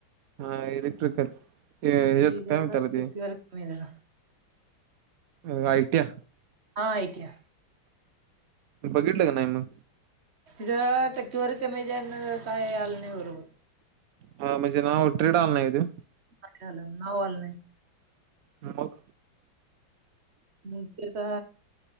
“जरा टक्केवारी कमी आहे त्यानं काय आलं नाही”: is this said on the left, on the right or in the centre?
Right